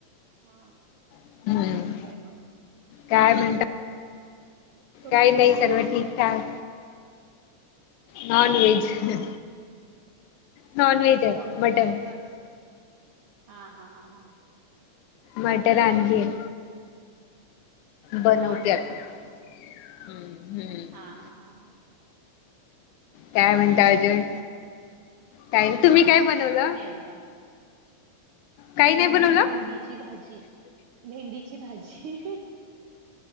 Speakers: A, on the right; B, on the left.
A: हा
B: हम्म
A: आणि काय मग
B: काय म्हणट
A: तुम्ही
B: काही
A: काय
B: नाही
A: बनवताय
B: सर्व ठीकठाक
A: स्वयंपाक आता
B: non veg non veg
A: non veg
B: mutton
A: आहे आज हा हा हा हा
B: मटर आनलीय. बनवते
A: हा हा
B: आता
A: हा हा
B: हम्म हम्म
A: हा हा हा हा.
B: काय म्हणता
A: आणि
B: अर्जून
A: काय चाललंय
B: कायरी तुम्ही काय बनवलं.
A: बघ
B: काही नाही
A: भेंडी
B: बनवलं
A: भेंडीची भाजी भेंडीची भाजी.